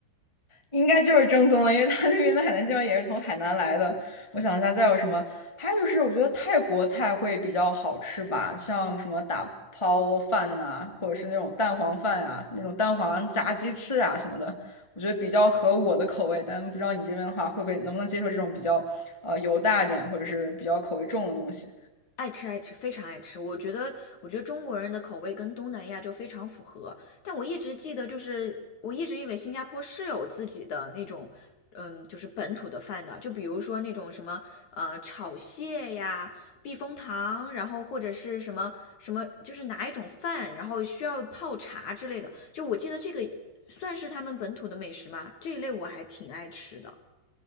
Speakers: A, on the left; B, on the left.
A: 应该就是正宗的，因为他那边的海南鸡饭也是从海南来的。我想一下，再有什么？还有就是，我觉得泰国菜会比较好吃吧，像什么打抛饭呐、或者是那种蛋黄饭啊，那种蛋黄炸鸡翅啊什么的，我觉得比较合我的口味。但不知道你这边的话，会不会能不能接受这种比较呃油大一点，或者是比较口味重的东西？
B: 爱吃爱吃，非常爱吃。我觉得，我觉得中国人的口味跟东南亚就非常符合。但我一直记得，就是我一直以为新加坡是有自己的那种，嗯，就是本土的饭的。就比如说那种什么，呃，炒蟹呀、避风塘，然后或者是什么什么，就是拿一种饭，然后需要泡茶之类的。就我记得这个算是他们本土的美食吗？这一类我还挺爱吃的。